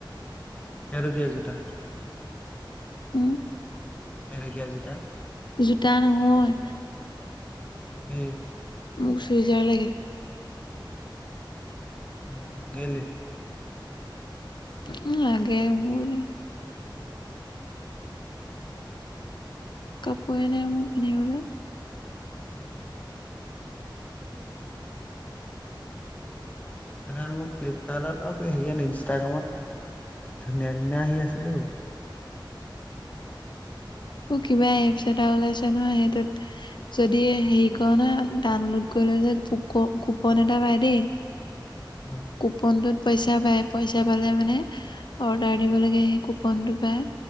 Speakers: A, on the left (about 15°); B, on the left (about 65°).
A: কেই টকীয়া জোতা?
B: উম।
A: কেই টকীয়া জোতা?
B: জোতা নহয়।
A: কি?
B: মোক চুইজাৰ লাগে।
A: অ', কেইলে?
B: উম, লাগে মোক এনেই।
A: উম।
B: কাপোৰে নাই মোৰ পিন্ধিবলৈ।
A: উম। <unintelligible> মোৰ ফ্লিপকাৰ্টত হেৰি ইনষ্টাগ্ৰামত ধুনীয়া ধুনীয়া আহি আছিলো অ'।
B: অ', কিবা এপছ এটা ওলাইছে নহয় সেইটোত যদি হেৰি কৰ ন ডাউনলোড কৰিলে যে কুপন এটা পাই দেই।
A: উম।
B: কুপনটোত পইচা পায় পইচা পালে মানে অৰ্ডাৰ দিব লাগে সেই কুপনটো পায়।